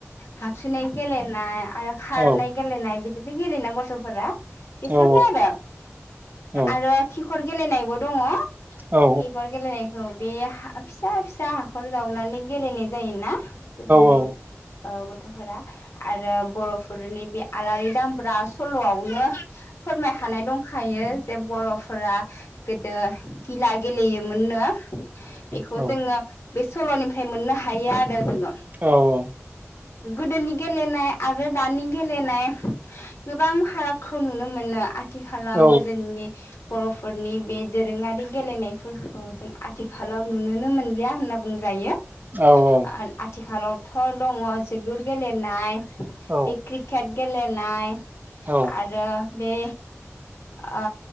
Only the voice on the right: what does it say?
औ
औ
औ
औ
औ
औ औ
औ औ
औ
औ औ
औ
औ